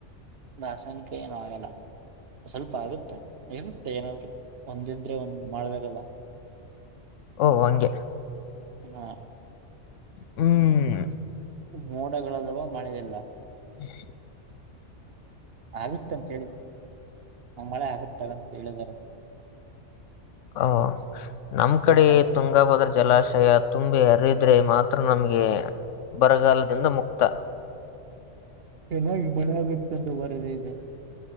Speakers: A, on the right; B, on the left.
A: ರಾಸಾಯನಿಕ ಯಏನ್ ಆಯಲ್ಲ ಸ್ವಲ್ಪ ಆಗುತ್ತೆ ಇರುತ್ತೆ ಏನಾದ್ರರು ಒಂದಿದ್ರೆ ಒಂದ್ ಮಾಡ್ದಾಗಲ್ಲ
B: ಓ ಹಂಗೆ
A: ಹ್ಮ
B: ಹ್ಮ್
A: ಮೋಡಗಳದಾವ ಮಳೆಯಲ್ಲ
B: ಹ್ಮ
A: ಆಗುತ್ತಂತ ಹೇಳಿದ ಆ ಮಳೆ ಆಗುತ್ತಗಂತ ಹೇಳಿದಿದ್ದಾರೆ
B: ಓ ನಮ್ ಕಡೆ
A: ಚೆನ್ನ
B: ತುಂಗಭದ್ರ ಜಲಾಶಯ ತುಂಬಿ ಹರಿದ್ರೆ ಮಾತ್ರ ಹತ್ರ ನಮ್ಗೆ ಬರಗಾಲದಿಂದ ಮುಕ್ತ
A: ಚೆನ್ನಾಗಿ ಮಳೆ ಆಗುತ್ತೆ ಅಂತ ಬರದೇ ಇದೆ